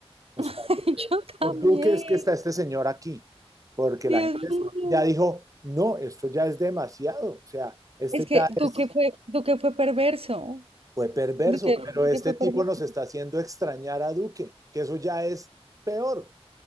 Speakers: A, on the right; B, on the right.
A: O sea,
B: <laughs>
A: Duque-
B: Yo
A: por
B: también.
A: Duque es que está este señor aquí, porque
B: Dios
A: la gente es-
B: mío.
A: ya dijo, no, esto ya es demasiado, o sea, este
B: Es que
A: ya
B: Duque
A: es,
B: fue, Duque fue perverso.
A: fue perverso,
B: Duque,
A: pero
B: Duque
A: este
B: fue
A: tipo
B: perverso.
A: nos está haciendo extrañar a Duque, que eso ya es peor.